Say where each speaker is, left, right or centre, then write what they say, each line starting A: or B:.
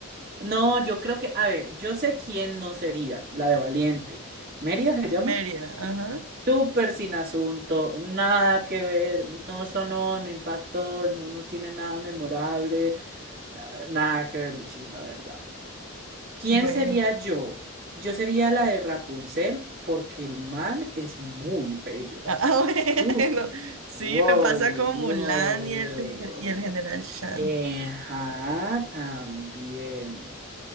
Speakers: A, on the right (about 45°); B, on the right (about 70°).
A: No, yo creo que, a ver, yo sé quién no sería, la de Valiente. Mérida se llama.
B: <laughs> Mérida, ajá.
A: Súper sin asunto, nada que ver, no sonó, no impactó, no, no tiene nada memorable, ah, nada que ver, Uchis, la verdad. ¿Quién
B: Bueno,
A: sería yo? Yo sería la de Rapunzel porque el man es muy bello.
B: ah, ah, <laughs>
A: Uh,
B: bueno, sí,
A: wow,
B: me pasa con
A: wow,
B: Mulan
A: wow,
B: y el,
A: wow,
B: y el
A: wow.
B: general Shan.
A: Eh, ajá, también.